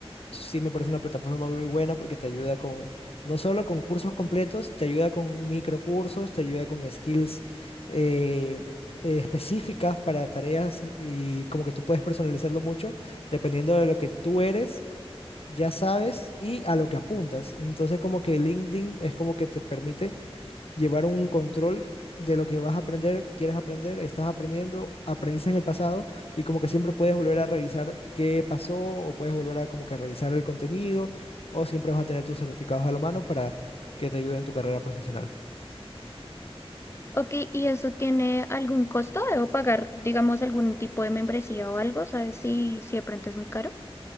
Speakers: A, on the left (about 65°); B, on the left (about 25°).
A: sí me parece una plataforma muy buena porque te ayuda con, no solo con cursos completos, te ayuda con microcursos, te ayuda con skills eh, eh, específicas para tareas y como que tú puedes personalizarlo mucho dependiendo de lo que tú eres, ya sabes y a lo que apuntas. Entonces como que LinkedIn es como que te permite llevar un control de lo que vas a aprender, quieres aprender, estás aprendiendo, aprendiste en el pasado y como que siempre puedes volver a revisar qué pasó o puedes volver a como que revisar el contenido o siempre vas a tener tus certificados a la mano para que te ayuden en tu carrera profesional.
B: Ok, ¿y eso tiene algún costo? ¿Debo pagar, digamos, algún tipo de membresía o algo? ¿Sabes si, si de pronto es muy caro?